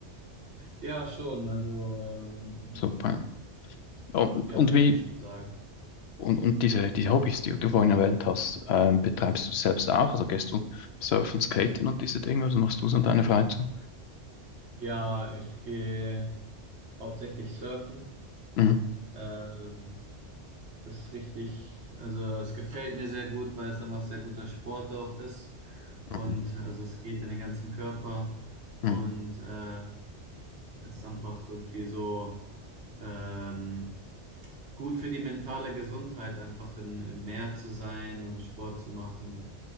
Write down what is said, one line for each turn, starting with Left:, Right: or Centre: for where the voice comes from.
Right: ja, schon. Also ähm,
Left: Super. Und,
Right: ja,
Left: und wie,
Right: würde ich schon sagen.
Left: Und, und diese, diese Hobbys, die du vorhin erwähnt hast, ähm, betreibst du selbst auch? Also gehst du surfen, skaten und diese Dinge? Also machst du es an deiner Freizeit?
Right: Ja, ich gehe hauptsächlich surfen.
Left: Mhm.
Right: Ähm, Das ist richtig, also es gefällt mir sehr gut, weil es einfach sehr guter Sport auch ist. Und
Left: Mhm.
Right: also es geht in den ganzen Körper
Left: Mhm.
Right: und äh, es ist einfach irgendwie so ähm, gut für die mentale Gesundheit, einfach im, im Meer zu sein und Sport zu machen.